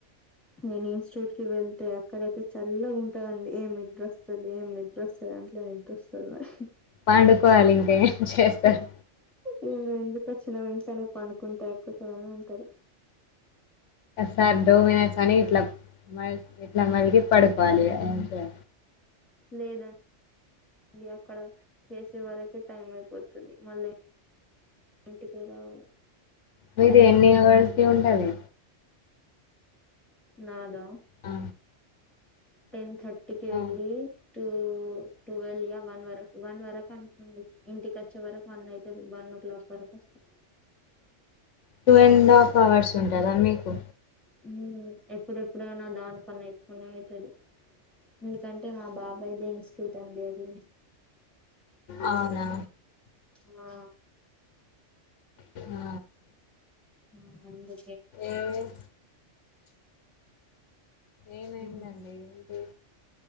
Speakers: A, in the centre; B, on the left (about 75°).
A: నేను ఇన్స్టిట్యూట్ కి వెళ్తే అక్కడైతే చల్లగా ఉంటదండి ఏం నిద్రస్తుంది ఏం నిద్రస్తుది సర అంట్లోని ఇద్దొస్తుంది మరి
B: పండుకోవాలి ఇంకా ఏం చేస్తారు
A: న ను ఎందుకుచ్చిన వించనే పండుకుంటా టైప్పుడు సద అంటారు
B: సార్ దడో మినిట్స్ అని ఇట్లా మ ఇట్లా మలిగి పడుకోవాలి అం చేలి
A: లేదన్ అది అక్కడ చేసే వరకే టైం అయిపోతుంది మళ్ళీ ఇంటికే రావాల
B: మీది ఎన్ని ఇవ్వాల్సి ఉంటది.
A: నాదా
B: ఆ,
A: టెన్ థర్టీకి
B: ఆ.
A: వెళ్ళి టూ టువెల్వ్ యా వన్ వరకు వన్ వరకు అనుకుంది. ఇంటికి వచ్చే వరకు వన్ అవుతుది వన్ ఓ క్లాక్ వరకు వస్తా
B: టూ అండ్ హాఫ్ అవర్స్ ఉంటదా మీకు?
A: హ ఎప్పుడెప్పుడైనా దానికన్నా ఎక్కువనే అయితది. ఎందుకంటే మా బాబాయదే ఇన్స్టిట్యూట్ అండి అది
B: అవునా
A: మా
B: ఆ
A: ఆ అందున్
B: ఏవ్ ఏమైందండి
A: ఉమ్
B: ఇది